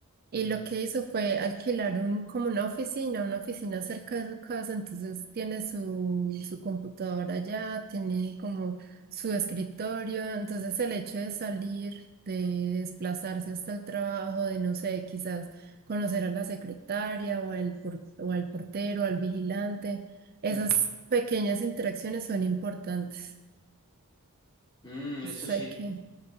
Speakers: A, on the right; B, on the left.
A: y
B: ujú,
A: lo que hizo fue alquilar un, como una oficina, una oficina cerca de su casa, entonces tiene su, su computadora allá, tiene como su escritorio, entonces el hecho de salir, de desplazarse hasta el trabajo, de no sé, quizás conocer a la secretaria o al, por- o al portero, al vigilante, esas
B: ujú.
A: pequeñas interacciones son importantes.
B: Mm, eso
A: Sé
B: sí.
A: que...